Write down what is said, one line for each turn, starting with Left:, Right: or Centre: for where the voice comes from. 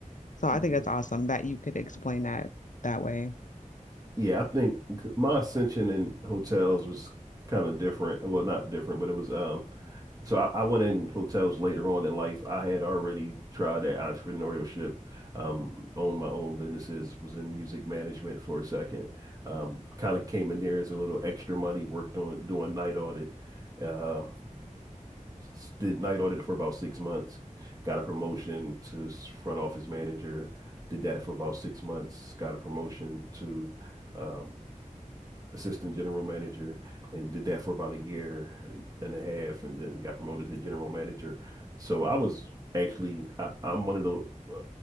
Left: so i
Right: yeah.
Left: think that's awesome that you could explain that that way
Right: Yeah, I think my ascension in hotels was kind of different. Well, not different, but it was um so I, I went in hotels later on in life. I had already tried that entrepreneurship, um, owned my own businesses, was in music management for a second. Um, kind of came in there as a little extra money, worked on doing night audit. Uh, s- did night audit for about six months, got a promotion to s- front office manager, did that for about six months, got a promotion to um, assistant general manager and did that for about a year and a half and then got promoted to general manager. So I was actually, I, I'm one of the, uh,